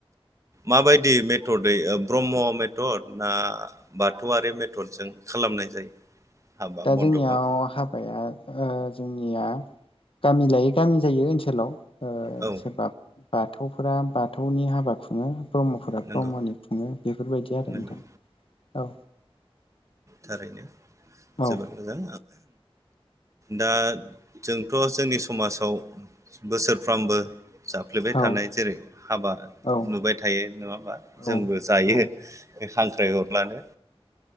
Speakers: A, on the right (about 30°); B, on the left (about 65°).
A: माबायदि मेथदै ब्रह्म मेथद ना बाथौआरि मेथदजों खालामो। नाय जायो। हाबा
B: दा
A: मन्दपाव
B: जोंनियाव हाबाया ओ जोंनिया गामि लायै गामि जायो ओनसोलाव ओ
A: औ
B: सोरबा बाथौफोरा बाथौनि हाबा खुङो। ब्रह्मफोरा
A: नंगौ
B: ब्रह्मनि खुङो बेफोरबायदि आरो
A: नंगौ
B: नोंथां औ
A: थारैनो
B: औ
A: जोबोद मोजां। दा जोंथ' जोंनि समाजाव बोसोरफ्रोमबो जाफ्लेबाय
B: औ
A: थानाय जेरै हाबा
B: औ
A: नुबाय थायो नङा होनबा
B: जाखायो
A: जोंबो
B: जाखायो
A: जायो बे हांख्राइ हरब्लानो